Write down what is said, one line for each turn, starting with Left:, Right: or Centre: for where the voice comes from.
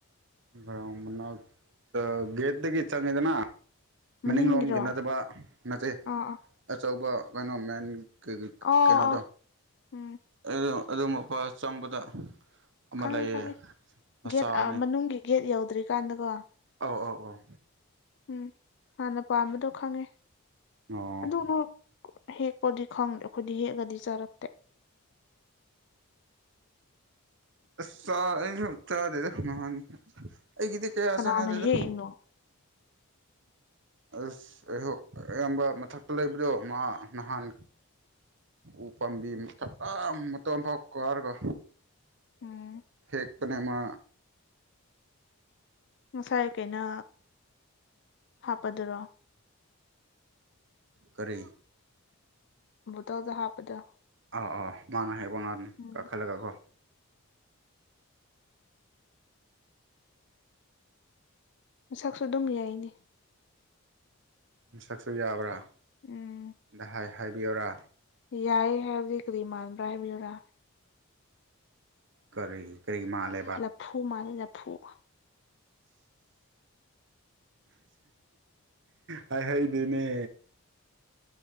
Right: ꯒ꯭ꯔꫭꯎꯟ ꯃꯅꯥꯛꯇ ꯒꯦꯠꯇꯒꯤ ꯆꯪꯉꯤꯗꯅ ꯃꯅꯤꯡꯂꯣꯝꯒꯤ
Left: ꯃꯅꯤꯡꯒꯤꯔꯣ
Right: ꯅꯠꯇꯕ ꯅꯠꯇꯦ
Left: ꯑꯥ ꯑꯥ
Right: ꯑꯆꯧꯕ ꯀꯩꯅꯣ ꯃꯦꯟ
Left: ꯑꯣ
Right: ꯀꯩꯅꯣꯗꯣ
Left: ꯑꯣ ꯎꯝ
Right: ꯑꯗꯨ ꯑꯗꯨ ꯃꯄꯥ ꯆꯪꯕꯗ ꯑꯃ
Left: ꯈꯪꯉꯦ
Right: ꯂꯩꯌꯦ
Left: ꯈꯪꯉꯦ
Right: ꯃꯆꯥꯅꯦ
Left: ꯒꯦꯠ ꯃꯅꯨꯡꯒꯤ ꯒꯦꯠ ꯌꯧꯗ꯭ꯔꯤꯀꯥꯟꯗꯀꯣ
Right: ꯑꯥꯎ ꯑꯥꯎ ꯑꯥꯎ
Left: ꯎꯝ ꯍꯥꯟꯅ ꯄꯥꯝꯕꯗꯣ ꯈꯪꯉꯦ
Right: ꯑꯣ
Left: ꯑꯗꯨꯕꯨ ꯍꯦꯛꯄꯗꯤ ꯈꯪꯗꯦ ꯑꯩꯈꯣꯏꯗꯤ ꯍꯦꯛꯑꯥꯒꯗꯤ ꯆꯥꯔꯛꯇꯦ
Right: ꯑꯁ ꯆꯥ ꯑꯩꯁꯨ ꯆꯗꯦꯗꯥ ꯅꯍꯥꯟ ꯑꯩꯒꯤꯗꯤ ꯀꯌꯥ
Left: ꯀꯅꯥꯅ
Right: ꯆꯥꯟꯅꯗꯦꯗ
Left: ꯍꯦꯛ ꯏꯅꫭ
Right: ꯑꯁ ꯑꯩꯍ ꯑꯌꯥꯝꯕ ꯃꯊꯛꯇ ꯂꯩꯕꯗꯣ ꯃꯥ ꯅꯍꯥꯟ ꯎꯄꯥꯥꯝꯕꯤ ꯃꯊꯛ ꯑꯥ ꯃꯇꯣꯟ ꯐꯥꯎ ꯀꯥꯔꯒ
Left: ꯎꯝ
Right: ꯍꯦꯛꯄꯅꯦ ꯃꯥ
Left: ꯉꯁꯥꯏ ꯀꯩꯅ ꯍꯥꯞꯄꯗꯨꯔꯣ
Right: ꯀꯔꯤ
Left: ꯕꫭꯇꯜꯗ ꯍꯥꯞꯄꯗꫭ
Right: ꯑꯥ ꯑꯥ ꯃꯥꯟꯅ ꯍꯥꯏꯕ ꯉꯥꯛꯅꯦ
Left: ꯎꯝ
Right: ꯀꯈꯤꯠꯂꯒꯥ ꯀꫭ
Left: ꯃꯁꯛꯁꯨ ꯑꯗꯨꯝ ꯌꯥꯏꯅꯦ
Right: ꯃꯤꯁꯛꯁꯨ ꯌꯥꯕ꯭ꯔꯥ
Left: ꯎꯝ
Right: ꯑꯗꯥ ꯍꯥꯏꯕꯤꯌꯣꯔꯥ
Left: ꯌꯥꯏ ꯍꯥꯏꯕꯗꯤ ꯀꯔꯤꯃꯥꯟꯕ꯭ꯔꯦꯕꯤꯔꯥ
Right: ꯀꯔꯤ ꯀꯔꯤ ꯃꯥ ꯂꯦ
Left: ꯂꯐꯨ ꯃꯥꯅꯤ ꯂꯐꯨ
Right: ꯍꯥꯏ ꯍꯩꯗꯅꯦ